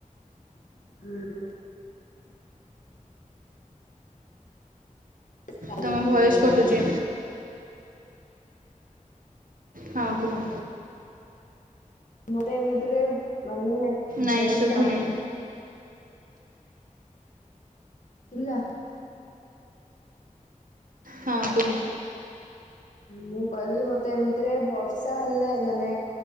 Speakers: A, on the left; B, on the right.
A: ହ। <unintelligible>
B: ତୁମ ଭଏସ୍ କଟୁଛି ହଁ କୁହ।
A: <unintelligible>
B: ନାଇଁ ଶୁଭୁନି
A: <unintelligible>
B: ହଁ କୁହ।
A: ମୁଁ କହିଲି ମତେ ଏମିତିରେ ବର୍ଷା ହେଲେ ମାନେ